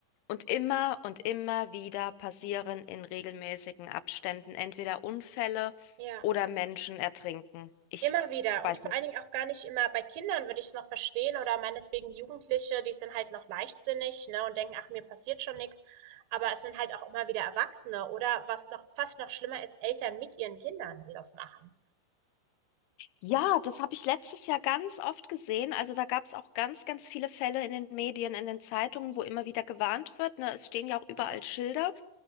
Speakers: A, on the left; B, on the right.
A: Und immer und immer wieder passieren in regelmäßigen Abständen entweder Unfälle
B: Ja,
A: oder Menschen ertrinken. Ich
B: immer wieder.
A: weiß
B: Und vor
A: nicht.
B: allen Dingen auch gar nicht immer bei Kindern würde ich es noch verstehen oder meinetwegen Jugendliche, die sind halt noch leichtsinnig, ne, und denken, ach, mir passiert schon nichts. Aber es sind halt auch immer wieder Erwachsene oder was noch fast noch schlimmer ist, Eltern mit ihren Kindern, die das machen.
A: Ja, das habe ich letztes Jahr ganz oft gesehen. Also da gab es auch ganz, ganz viele Fälle in den Medien, in den Zeitungen, wo immer wieder gewarnt wird. Ne? Es stehen ja auch überall
B: Mhm,
A: Schilder.